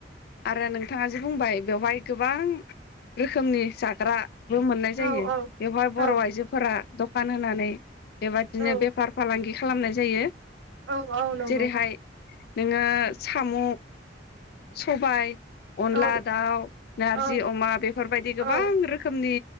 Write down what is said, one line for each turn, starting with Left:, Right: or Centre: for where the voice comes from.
Left: आरो नोंथाङा जे बुंबाय बेवहाय गोबां रोखोमनि जाग्राबो मोन
Right: औ
Left: जायो बेवहाय
Right: औ
Left: बर' आइजोफोरा द फानहोनानै बेबादिनो
Right: औ
Left: बेफार फालांगि खालामनाय जा जायो
Right: औ औ नंगौ
Left: जेरैहाय नोङो साम' सबाय अनला
Right: औ
Left: दाउ नारजि
Right: औ
Left: अमा बेफोरबायदि
Right: औ
Left: गोबां
Right: औ
Left: रोखोमनि